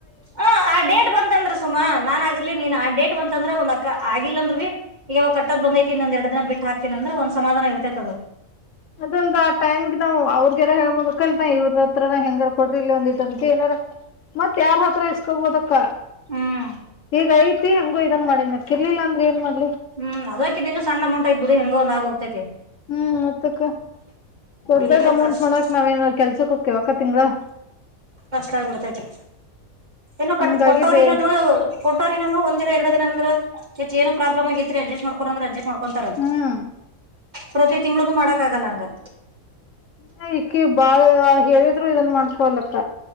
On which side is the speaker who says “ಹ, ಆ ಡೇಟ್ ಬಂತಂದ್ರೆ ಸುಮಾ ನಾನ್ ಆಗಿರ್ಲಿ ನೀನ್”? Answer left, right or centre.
Right